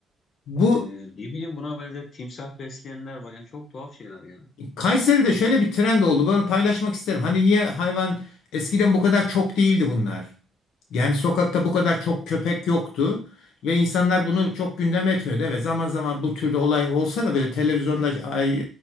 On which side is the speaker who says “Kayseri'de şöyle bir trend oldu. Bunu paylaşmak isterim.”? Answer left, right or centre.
Left